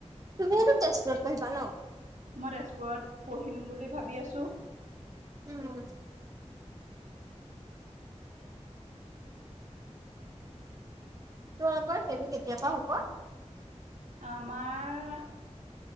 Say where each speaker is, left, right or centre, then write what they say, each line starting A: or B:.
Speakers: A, on the right; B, on the right.
A: তুমিও টো তেজপুৰত পঢ়িবা ন!
B: মই তেজপুৰত পঢ়িম বুলি ভাবি আছোঁ।
A: উম। কিন্তু আকৌ সেইটো কেতিয়াবা হ'ব?
B: আমাৰ